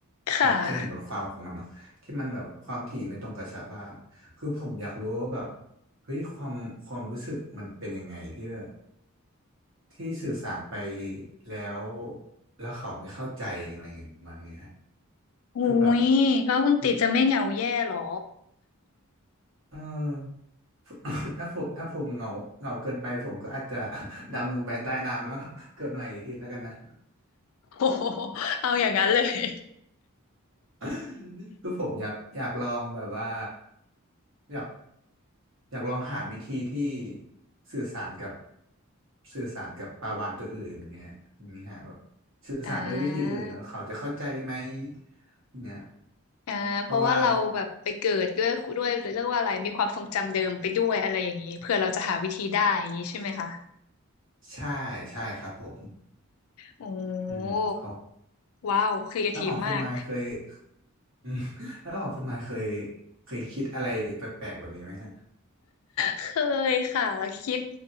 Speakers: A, on the left; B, on the right.
A: ค่ะ
B: เห็นเคยเห็นบทความของมันเนาะที่มันแบบความถี่ไม่ตรงกับชาวบ้านคือผมอยากรู้ว่าแบบเฮ้ยความความรู้สึกมันเป็นยังไงที่แบบที่สื่อสารไปแล้วแล้วเขาไม่เข้าใจอะไรเงี้ยประมาณนี้ฮะ
A: อุ้ยแล้วคุณตีจะไม่เหงาแย่หรอ
B: คือแบบคือเออ <laughs> ถ้าผมถ้าผมเหงาเหงาเกินไปผมก็อาจจะ <laughs> ดำลงไปใต้น้ำแล้ว <laughs> เกิดใหม่อีกทีแล้วกันนะ
A: โอ้โหเอาอย่างนั้นเลย
B: <laughs> คือผมอยากอยากลองแบบว่าอยากอยากลองหาวิธีที่สื่อสารกับสื่อสารกับปลาวาฬตัวอื่นอย่างเงี้ยอย่างนี้ฮะแบบสื่อสารด้วยวิธีอื่นเนอะเขาจะเข้าใจไหม
A: อ่า
B: เงี้ย
A: อ่าเพราะว่าเราแบบไปเกิดด้วยด้วยเรียกว่าอะไรมีความทรงจำเดิมไปด้วยอะไรอย่างนี้เพื่อเราจะหาวิธีได้อย่างนี้ใช่ไหมคะ
B: เพราะว่าใช่ใช่ครับผม
A: โอ้
B: อืมของ
A: ว้าวครีเอทีฟมาก
B: แล้วของคุณไมค์เคยอืม <laughs> แล้วของคุณไมค์เคยเคยคิดอะไรแปลกๆแบบนี้ไหมฮะ
A: เคยค่ะคิด